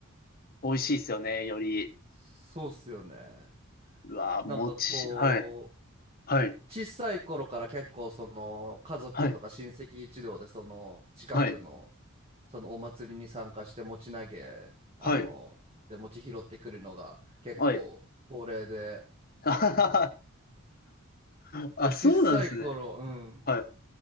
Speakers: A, on the left (about 45°); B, on the right (about 30°).
A: 美味しいですよね、より。
B: そうっすよね。
A: うわー、
B: なんかこ
A: 餅。はい、はい、
B: う、小さい頃から結構その家族とか親戚一同でその近くの
A: はい、はい。
B: そのお祭りに参加して餅投げあので餅拾ってくるのが結構恒例で
A: はい。はい。<laughs> あはははあそうなんですね。
B: で小さい頃うん
A: はい。